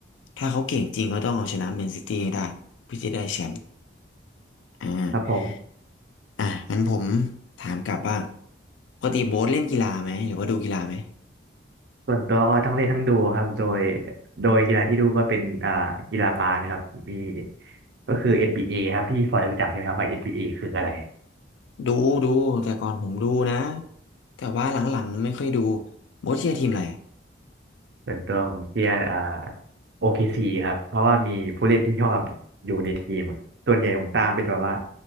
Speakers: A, on the left (about 85°); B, on the right (about 60°).
A: ถ้าเขาเก่งจริงก็ต้องเอาชนะแมนซิตี้ให้ได้เพื่อจะได้แชมป์อ่า
B: ครับผม
A: อ่ะงั้นผมถามกลับบ้างปกติโบ๊ทเล่นกีฬาไหมหรือว่าดูกีฬาไหม
B: ส่วนตัวก็ทั้งเล่นทั้งดูครับโดยโดยกีฬาที่ดูก็เป็นอ่ากีฬาบาสนะครับมีก็คือเอ็นบีเอครับพี่ฟอยรู้จักใช่ไหมครับว่า n เอคืออะไร
A: ดูดูแต่ก่อนผมดูนะแต่ว่าหลังๆไม่ค่อยดูโบ๊ทเชียร์ทีมอะไรอะ
B: ส่วนตัวผมเชียร์อ่าโอเคซีครับเพราะว่ามีผู้เล่นที่ชอบอยู่ในทีมส่วนใหญ่ผมตามเป็นแบบว่า